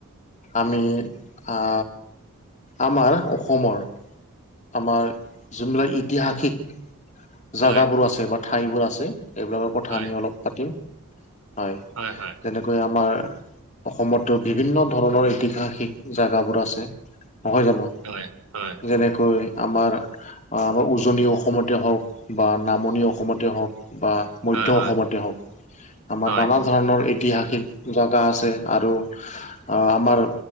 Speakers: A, on the left; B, on the right.
A: আমি আ আমাৰ অসমৰ আমাৰ যোনবিলাক ইতিহাসিক জাগাবোৰ
B: হয়
A: আছে বা ঠাইবোৰ আছে এইবিলাকৰ কথা
B: হয়
A: আমি অলপ পাতিম। হয়।
B: হয়, হয়।
A: তেনেকৈ আমাৰ অসমতো বিভিন্ন ধৰণৰ ইতিহাসিক জাগাবোৰ আছে। নহয় জানো?
B: হয় হয় হয়
A: যেনেকৈ আমাৰ আ আমাৰ উজনি অসমতে হওক। বা নামনি অসমতে হওক বা মধ্য
B: হয়
A: অসমতে হওক। আমাৰ
B: হয়
A: নানা ধৰণৰ ইতিহাসিক জাগা আছে আৰু আ আমাৰ